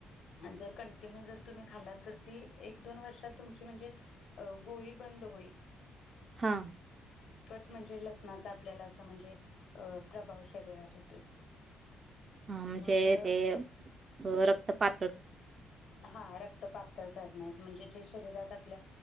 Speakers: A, on the left (about 75°); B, on the right (about 40°).
A: हा जर कंटिन्यू जर तुम्ही खाल्लात तर ती एक दोन वर्षात तुमची म्हणजे गोळी बंद होईल
B: हा
A: त म्हणजे लसणाचा आपल्याला अस म्हणजे अ प्रभाव शरीरात होतोय
B: आमचे
A: मग
B: ते <unintelligible> तपात
A: हा रक्तपातळ करण्यास म्हणजे जे शरीरात आपल्या